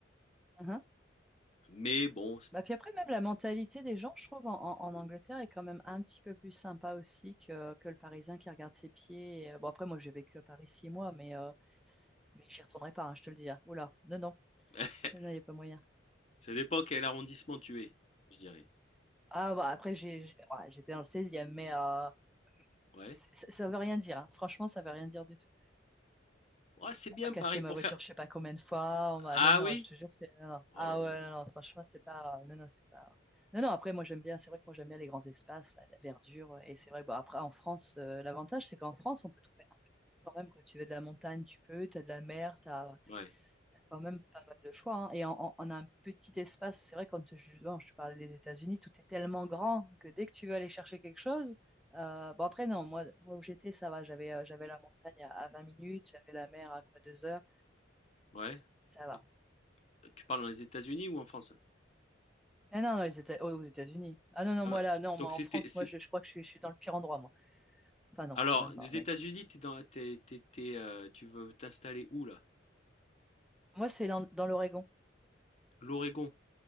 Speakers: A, in the centre; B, on the left (about 35°).
A: Mhm.
B: mais bon,
A: Bah, puis après, même la mentalité des gens, je trouve, en, en- en Angleterre est quand même un petit peu plus sympa aussi que, que le Parisien qui regarde ses pieds. Et, euh, Bon, après, moi, j'ai vécu à Paris six mois, mais, euh, mais j'y retournerai pas, hein, je te le dis. hein. Oula, non, non,
B: <laughs>
A: non, il n'y a pas moyen.
B: ça dépend quel arrondissement tu es, je dirais.
A: Ah, bah, après, j'ai, j'ai- ouais, j'étais dans le seizième mais euh,
B: Ouais.
A: c- ça, ça veut rien dire. hein. Franchement, ça veut rien dire du tout.
B: Ouais, c'est bien
A: On m'a cassé
B: Paris pour
A: ma voiture,
B: faire.
A: je sais pas combien de fois. On m'a...
B: Ah
A: Non, non,
B: oui?
A: je te jure, c'est. Non, non.
B: Oh
A: Ah
B: là là.
A: ouais, non, non, franchement, c'est pas. Non, non, c'est pas. Non, non, après, moi, j'aime bien. C'est vrai que moi, j'aime bien les grands espaces, la, la verdure. euh, Et c'est vrai que, bon, après, en France, euh, l'avantage, c'est qu'en France, on peut trouver un peu de tout quand même. Quand tu veux de la montagne, tu peux. Tu as de la mer, tu as,
B: Ouais,
A: quand même pas mal de choix. hein. Et on, on- on a un petit espace. C'est vrai, quand je, bon, je te parlais des États-Unis, tout est tellement grand que dès que tu veux aller chercher quelque chose. euh, bon, après, non, moi, moi où j'étais, ça va. J'avais euh, j'avais la montagne à, à 20 minutes, j'avais la mer à quoi 2 heures.
B: ouais.
A: Ça va.
B: Mais Tu parles dans les États-Unis ou en France?
A: Non, non, non, les Éta- aux aux États-Unis. Ah non, non,
B: Ah
A: moi
B: bah,
A: là, non,
B: donc
A: moi
B: c'était,
A: en France,
B: c'est...
A: moi je, je crois que je suis, je suis dans le pire endroit, moi. Enfin non,
B: Alors,
A: quand même
B: des
A: pas, mais...
B: États-Unis, t'es dans, t'es- t'es- t'es, euh, tu veux t'installer où là?
A: Moi c'est dans, dans l'Oregon.
B: L'Oregon.